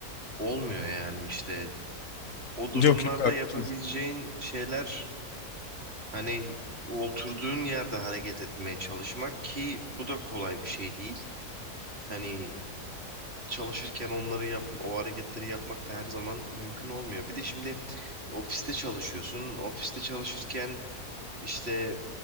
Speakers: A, on the right; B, on the left.
A: olmuyor yani işte o durumlarda
B: Yok yok abi.
A: yapabileceğin
B: kesin.
A: şeyler hani oturduğun yerde hareket etmeye çalışmak ki bu da kolay bir şey değil. Hani çalışırken onları yap o hareketleri yapmak da her zaman mümkün olmuyor. Bir de şimdi ofiste çalışıyorsun. Ofiste çalışırken işte